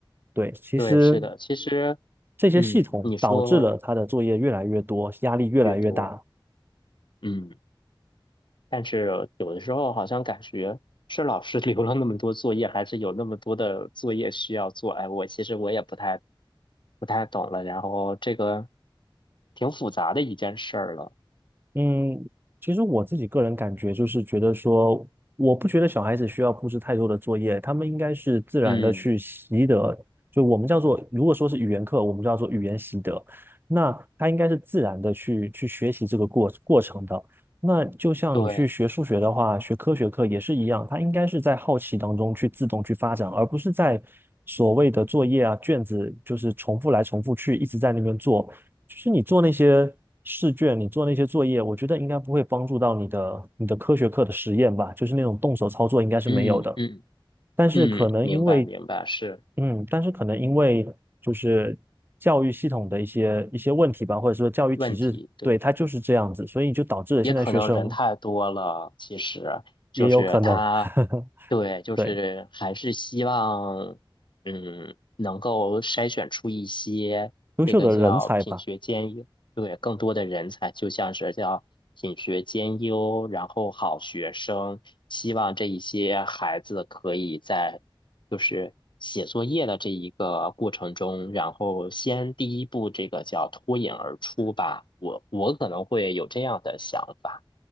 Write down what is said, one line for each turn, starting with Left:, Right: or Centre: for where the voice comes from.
Right: 对，其实
Left: 对，是的。其实，
Right: 这些系统导致了他的作业越来越多，
Left: 嗯，你说
Right: 压力越来越大，
Left: 越多，嗯。但是有的时候好像感觉是老师留了那么多作业，还是有那么多的作业需要做。哎，我其实我也不太不太懂了。然后这个挺复杂的一件事儿了。
Right: 嗯，其实我自己个人感觉就是觉得说，我不觉得小孩子需要布置太多的作业，他们应该是自然的去习得。
Left: 嗯，
Right: 就我们叫做，如果说是语言课，我们叫做语言习得，那他应该是自然的去去学习这个过过程的。那就像你去学数学的话，
Left: 对，
Right: 学科学课也是一样，他应该是在好奇当中去自动去发展，而不是在所谓的作业啊、卷子，就是重复来重复去，一直在那边做。就是你做那些试卷，你做那些作业，我觉得应该不会帮助到你的你的科学课的实验吧，就是那种动手操作应该是没有的。
Left: 嗯嗯
Right: 但是可能因为，
Left: 嗯，明白明白，是
Right: 嗯，但是可能因为就是教育系统的一些一些问题吧，或者说教育体制，
Left: 问题，对。
Right: 对，它就是这样子，所以就导致了现在学生
Left: 也可能人太多了，其实就是他，
Right: 也有可能，<laughs>
Left: 对，就是还是希望，
Right: 对，
Left: 嗯，能够筛选出一些这个叫品学兼优，
Right: 优秀的人才吧。
Left: 对，更多的人才，就像是叫品学兼优，然后好学生，希望这一些孩子可以在就是写作业的这一个过程中，然后先第一步这个叫脱颖而出吧，我我可能会有这样的想法。